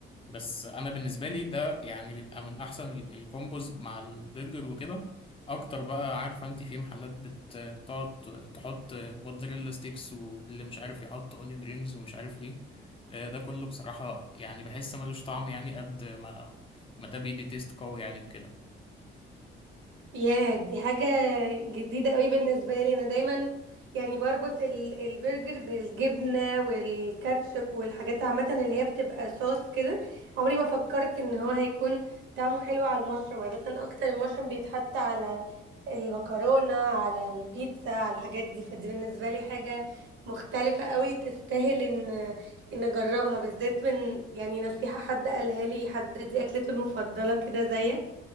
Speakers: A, on the left (about 25°); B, on the right (about 75°).
A: بس أنا بالنسبة لي ده يعني بيبقى من أحسن ال- الكومبوز مع البرجر وكده أكتر بقى عارفة أنت في محلات بتقعد تحط موتزاريلا ستيكس واللي مش عارف يحط أونيون رينجز ومش عارف إيه آه، ده كله بصراحة يعني بحس ملوش طعم يعني قد ما ما ده بيدي تيست قوي يعني وكده
B: ياه دي حاجة جديدة قوي بالنسبة لي أنا دايما يعني بربط ال- البرجر بالجبنة والكاتشب والحاجات عامة اللي هي بتبقى صوص كده عمري ما فكرت إن هو هيكون طعمه حلو على المشروم عادة أكتر المشروم بيتحط على المكرونة على البيتزا على الحاجات دي فدي بالنسبة لي حاجة مختلفة قوي تستاهل إن إن أجربها بالذات من يعني نصيحة حد قالها لي حد دي أكلته المفضلة كده زيك